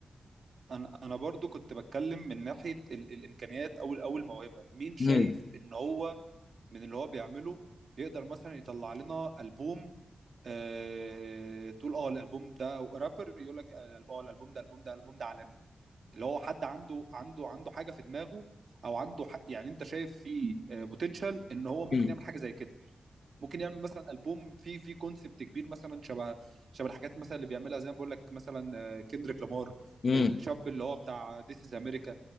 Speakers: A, on the right; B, on the left.
A: انا انا برضو كنت بتكلم من ناحيه ال... الامكانيات او او الموهبه مين شايف
B: مم.
A: ان هو من اللي هو بيعمله يقدر مثلا يطلع لنا البوم آه... تقول اه الالبوم ده او رابر يقول لك اه آه، الالبوم ده الالبوم ده الالبوم ده عالمي اللي هو حد عنده عنده عنده حاجه في دماغه او عنده ح... يعني انت شايف فيه بوتنشال ان هو ممكن
B: مم.
A: يعمل حاجه زي كده ممكن يعمل مثلا البوم فيه فيه كونسبت كبير مثلا شبه شبه الحاجات مثلا اللي بيعملها زي ما بقول لك مثلا كندريك لامار
B: مم.
A: الشاب اللي هو بتاع ذيس از امريكا